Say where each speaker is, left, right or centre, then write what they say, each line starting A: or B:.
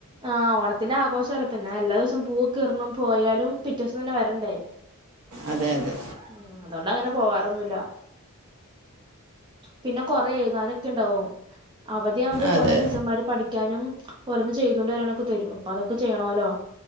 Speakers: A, on the right; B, on the right.
A: ആ ഓണത്തിന്റെ ആഘോഷല്ലേ. പിന്നെ എല്ലാ ദിവസം പൂവൊക്കെ ർണം. പോയാലും പിറ്റെ ദിവസം തന്നെ വരണ്ടേ. <inaudible>
B: അതെ അതെ.
A: ആ അതോണ്ട് അങ്ങനെ പോവാറൊന്നുല്ല. പിന്നെ കൊറേ എഴുതാനൊക്കെ ഉണ്ടാവും. അവധിയായോണ്ട്
B: അതെ
A: കൊറെ ടീച്ചർമാര് പഠിക്ക ക്കാനും ഓരോന്ന് ചെയ്തുകൊണ്ട് വരാനൊക്കെ തരും. അപ്പൊ അതൊക്കെ ചെയ്യണോല്ലോ.